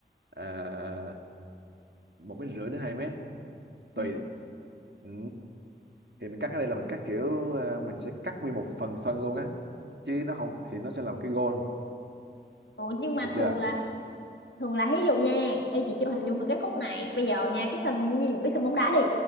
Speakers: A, on the right (about 70°); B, on the left (about 80°).
A: à, một mét rưỡi đến hai mét tùy
B: Ừ.
A: ừ. thì mình cắt ở đây là mình cắt kiểu ờ, mình sẽ cắt nguyên một phần sân luôn á chứ nó không thì nó sẽ là một cái goal
B: ủa nhưng mà
A: được chưa
B: thường là thường là ví dụ nha ê chị chưa hình dung được cái khúc này bây giờ nha cái sân ví dụ cái sân bóng đá đi